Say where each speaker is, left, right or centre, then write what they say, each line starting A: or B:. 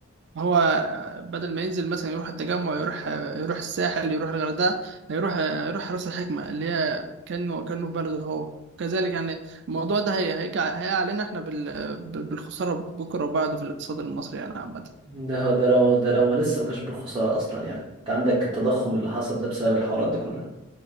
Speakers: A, on the right; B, on the right.
A: هو آه، بدل ما ينزل مثلا يروح التجمع يروح آه، يروح الساحل يروح الغردقه هيروح آه، يروح راس الحكمه اللي هي كانه كانه في بلده هو كذلك يعني الموضوع ده هي هيجي- هيقع علينا احنا بال- بال- بالخساره بكره وبعده في الاقتصاد المصري يعني عامه
B: ده هو ده لو ده لو ما لسه ما جاش بالخسارة أصلا يعني أنت عندك التضخم اللي حصل ده بسبب الحوارات دي كلها